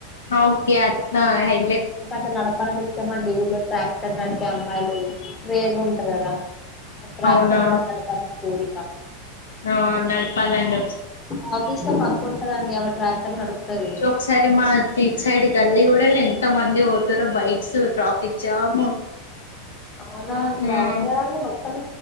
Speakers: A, on the left; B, on the left.
A: ఓకే నా హై
B: అట్ల నడపాలని ఇష్టమండి ఊళ్లో ట్రాక్టర్ నడిపే అమ్మాయిలు రేరుగా ఉంటారు కదా అ ట్రాక్టర్
A: అవునా
B: నడపాలని కోరిక
A: ఆ నడపాలండి
B: మా ఆఫీస్ లో మా అక్క ఉంటదండి ఆమె ట్రాక్టర్ నడుపుతది
A: ఒకసా రి సైడ్ కల్లి కూడానే ఎంత మంది పోతారో బైక్స్ ట్రాఫిక్ జాము
B: అవునా
A: హ్మ్
B: అండి అవును కదండి మొత్తం